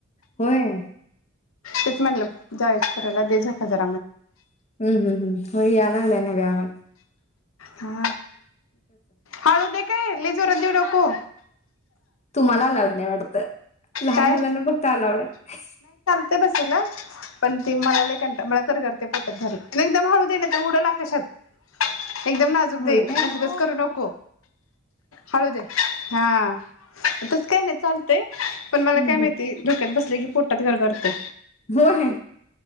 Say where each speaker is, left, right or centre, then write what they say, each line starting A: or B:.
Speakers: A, on the left; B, on the left.
A: होय.
B: तेच म्हनलं जायच करायला लई झपा झप
A: हम्म-हम्म-हम्म होय यालांगलाय. <unintelligible>
B: हा हळूदे काय लई जोरात देवू नको
A: तुम्हाला लाड नाहीये वाटतं? लहान
B: काय
A: मुलांना फक्त आलावड आहे.
B: ते बसायला, पण ते मला लई कंट मला गरगरतय पोटात घारीत, लय दम हळू दे नाय तर उडल आकाशात. एकदम नाजूक
A: होय
B: दे घस
A: काय?
B: घस करू नको. हळूद्या हा तस काय नाही चालतंय... पण मला
A: हम्म
B: काय माहिती
A: हम्म
B: डोक्यात बस की पोटात गर गर तय.
A: होय.